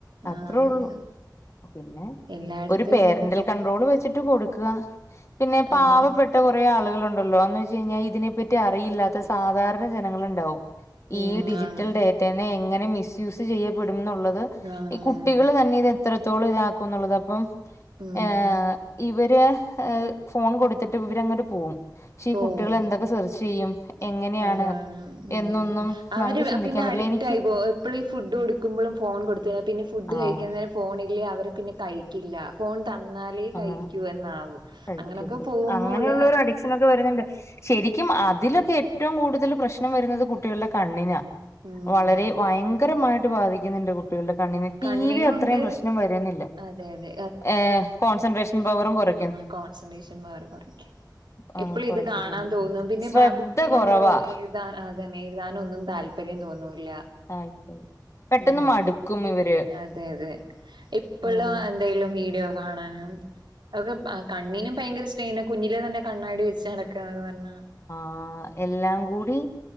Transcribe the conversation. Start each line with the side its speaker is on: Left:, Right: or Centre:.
Left: അത്രേ
Right: ആഹ്
Left: ഒള്ളൂ
Right: അത
Left: പിന്നെ
Right: എല്ലായിടത്തും
Left: ഒരു പേരൻ്റൽ
Right: ഇതൊക്കെ തന്നെ
Left: കണ്ട്രോള് വെച്ചിട്ട് കൊടുക്കുക പിന്നെ പാവപ്പെ
Right: അതെ
Left: റേ ആളുകളുണ്ടല്ലോ എന്ന് വെച്ച് കഴിഞ്ഞാ ഇതിനെപ്പറ്റി അറിയില്ലാത്ത സാധാരണ ജനങ്ങള്ണ്ടാവും.
Right: ഉം
Left: ഈ ഡിജിറ്റൽ
Right: ആണ്
Left: ഡേറ്റനെ എങ്ങനെ മിസ് യൂസ് ചെയ്യപ്പെടുംന്നുള്ളത്.
Right: ആണ്
Left: ഈ കുട്ടികള്
Right: ആണ്
Left: തന്നെ ഇത് എത്രത്തോളം ഇതാക്കും എന്നുള്ളത് അപ്പം.
Right: ഉം
Left: ഏഹ് ഇവര് ഫോൺ കൊടുത്തിട്ട് ഇവരങ്ങട്ട് പോവും. പക്ഷെ ഈ
Right: പോവും
Left: കുട്ടികള് എന്തൊക്കെ സെർച്ച് ചെയ്യും. എങ്ങനെയാണ്
Right: അതാണ് ഉം.
Left: എന്നൊന്നും
Right: അവര്
Left: നമുക്ക് ചിന്തിക്കാൻ
Right: അ പിന്നെ
Left: പറ്റില്ല
Right: അഡിക്റ്റ്
Left: എനിക്ക്
Right: ആയി പോകും എപ്പളും ഈ ഫുഡ് കൊടുക്കുമ്പളും ഫോൺ കൊടുത്തു കഴിഞ്ഞ പിന്നെ ഫുഡ്
Left: ആഹ്
Right: കഴിക്കുന്നേരം. ഫോണില്ലേ അവര് പിന്നെ കഴിക്കില്ല ഫോൺ തന്നാലേ കഴിക്കൂ
Left: ആഹ്
Right: എന്നാവും.
Left: കഴിക്കുള്ളൂ
Right: അങ്ങനൊക്കെ പോകുമ്പോള്
Left: അങ്ങനെയുള്ളൊരു അടി ക്ഷനൊക്കെ വരുന്നുണ്ട് ശരിക്കും അതിലൊക്കെ ഏറ്റവും കൂടുതൽ പ്രശ്നം വരുന്നത് കുട്ടികളുടെ കണ്ണിനാ.
Right: ഉം
Left: വളരെ വയങ്കരമായിട്ട് ബാധിക്കുന്നുണ്ട് കു ട്ടികളുടെ കണ്ണിന് ടി
Right: കണ്ണിനുണ്ട്
Left: വി അത്രേം പ്രശ്നം വരുന്നില്ല
Right: അതെ അതെ
Left: ഏഹ് കോൺസെൻട്രേഷൻ പവറും കുറ
Right: ആ കോൺസെൻട്രേഷൻ പവറ് കുറയ്ക്കും.
Left: ആ
Right: എപ്പളും
Left: കുറയ്ക്കുന്നുണ്ട്
Right: ഇത് കാണാൻ തോന്നും പിന്നെ
Left: ശ്രദ്ധ
Right: ബ ബുക്കിനോടോ
Left: കുറവാ
Right: എഴുതാൻ അതന്നെ എഴുതാനൊന്നും താൽ പര്യം തോന്നൂല്ല.
Left: താല്പര്യല്ല പെട്ടെന്ന്
Right: ഉം
Left: മടുക്കും ഇവര്.
Right: അതെ അതെ എപ്പളും
Left: ഉം
Right: എന്തെലും വീഡിയോ കാണാനും. അതക്കെ ഭ കണ്ണിനും ഭയങ്കര സ്ട്രെയിന് കുഞ്ഞിലെ തന്നെ കണ്ണാടി വെച്ച് നടക്കന്ന് പർഞ്ഞ.
Left: ആഹ് എല്ലാം കൂടി